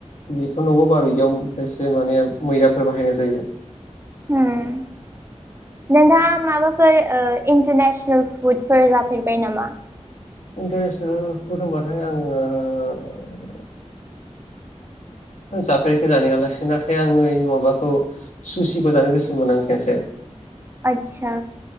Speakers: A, on the left; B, on the right.
A: बेथ नंगौ बारु इयावबो एसे माने मैदाफोर बाहायनाय जायो।
B: उम नोंथांङा माबाफो फोर ओ इन्टारनेसनेल फुडफोर जाफेरबाय नामा?
A: इन्टारनेसनेल फुड होमबाथाय आंङो जाफेराखै जानायालाय नाथाय आंङो माबाखौ सुसिखौ जानो गोसोमोन आं खेनसे‌।
B: आदसा